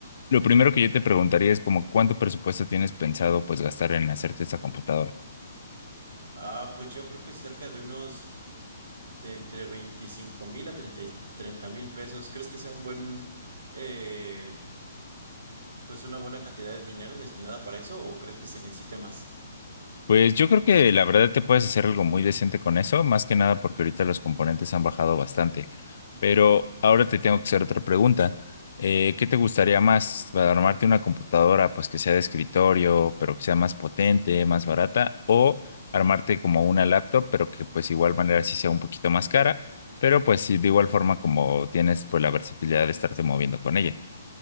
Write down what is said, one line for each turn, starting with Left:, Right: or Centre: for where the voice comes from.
Left: lo primero que yo te preguntaría es como cuánto presupuesto tienes pensado pues gastar en hacerte esta computadora.
Right: Ah, pues yo creo que cerca de unos... de entre veinticinco mil a treinta mil pesos. ¿Crees que sea un buen, eh, pues una buena cantidad de dinero destinada para eso o crees que se necesite más?
Left: Pues yo creo que la verdad te puedes hacer algo muy decente con eso, más que nada porque ahorita los componentes han bajado bastante. Pero ahora te tengo que hacer otra pregunta. Eh, ¿qué te gustaría más? ¿Armarte una computadora pues que sea de escritorio, pero que sea más potente, más barata? ¿O armarte como una laptop, pero que pues igual manera sí sea un poquito más cara, pero pues sí, de igual forma como tienes pues la versatilidad de estarte moviendo con ella?